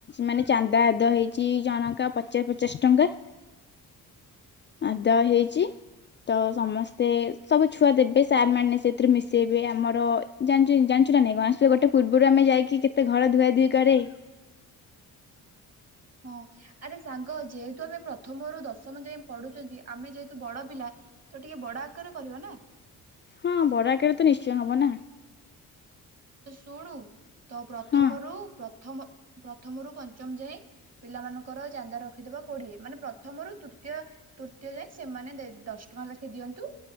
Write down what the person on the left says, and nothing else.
ମାନେ ଚାନ୍ଦା ଆଦ ହେଇଛିି ଜଣକା ପଚାଶ ପଚାଶ ଟଙ୍କା। ଆଦ ହେଇଛି। ତ ସମସ୍ତେ ସବୁ ଛୁଆ ଦେବେ। ସାର୍ ମାନେ ସେଥିରୁ ମିଶେଇବେ ଆମର ଜାଣିୁ ଜାଣିଛୁ ନା ନାଇଁ କଣ ଆସ ଗୋଟେ ପୂର୍ବରୁ ଆମେ ଯାଇକି କେତେ ଘର ଧୁଆ ଧୁଇ କରେ।
ହଁ ବରା ଆକାରରେ ତ ନିଶ୍ଚୟ ହବ ନା।
ହଁ